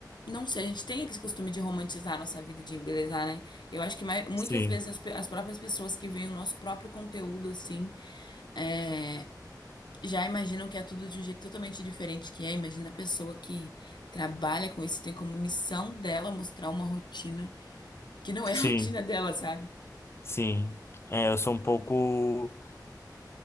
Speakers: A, on the left; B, on the left.
A: Não sei, a gente tem esse costume de romantizar a nossa vida, de embelezar, né? Eu acho que mai- muitas
B: Sim,
A: vezes as, pe- as próprias pessoas que veem o nosso próprio conteúdo, assim, é, já imaginam que é tudo de um jeito totalmente diferente que é. Imagina a pessoa que trabalha com isso, tem como missão dela mostrar uma rotina que não
B: sim,
A: é a <laughs> rotina dela, sabe?
B: sim. É, eu sou um pouco...